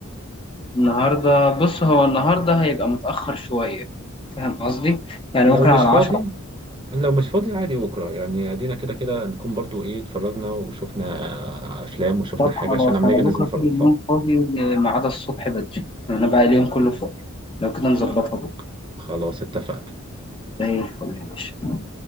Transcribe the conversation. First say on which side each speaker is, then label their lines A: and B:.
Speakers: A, on the left; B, on the right.
A: النهاردة بص هو النهاردة هيبقى متأخر شوية فاهم قصدي؟ يعني
B: لو
A: ممكن
B: مش
A: على
B: فاضي
A: عشرة
B: لو مش فاضي عادي بكرة يعني ادينا كده كده نكون برضو ايه اتفرجنا وشفنا افلام وشفنا
A: طب
B: حاجة
A: خلاص
B: عشان لما
A: أنا
B: نيجي
A: بكرة
B: ننزل نفرج
A: طول اليوم
B: مع بعض
A: فاضي ما عدا الصبح بدري أنا بقى اليوم كله فاضي لو كده نظبطها
B: خ-
A: بكرة
B: خلاص اتفقنا
A: زي الفل يا باشا